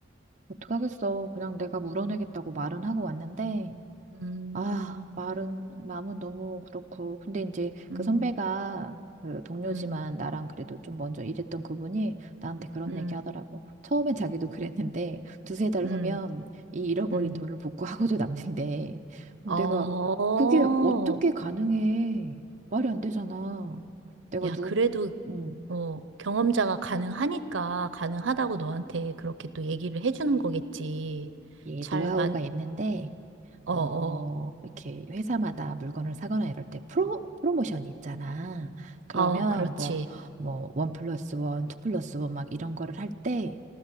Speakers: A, on the right; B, on the right.
A: 어떡하겠어. 그냥 내가 물어내겠다고 말은 하고 왔는데,
B: 음,
A: 아, 말은, 마음은 너무 그렇고. 근데 이제
B: 음,
A: 그 선배가 그 동료지만
B: 음,
A: 나랑 그래도 좀 먼저 일했던 그분이 나한테 그런
B: 음,
A: 얘기 하더라고. 처음엔 자기도 그랬는데, 두세 달
B: 음,
A: 후면 이 잃어버린
B: 음.
A: 돈을 복구하고도 남는데, 내가
B: 어,
A: 그게 어떻게 가능해? 말이 안 되잖아. 내가
B: 야,
A: 누구,
B: 그래도,
A: 음,
B: 어, 경험자가 가능하니까, 가능하다고 너한테 그렇게 또 얘기를 해주는 거겠지.
A: 예,
B: 잘
A: 노하우가
B: 만,
A: 있는데,
B: 어,
A: 어,
B: 어,
A: 이렇게 회사마다 물건을 사거나 이럴 때 프로, 프로모션이 있잖아. 그러면
B: 어, 그렇지.
A: 뭐, 뭐, 원 플러스 원, 투 플러스 원 막 이런 거를 할 때,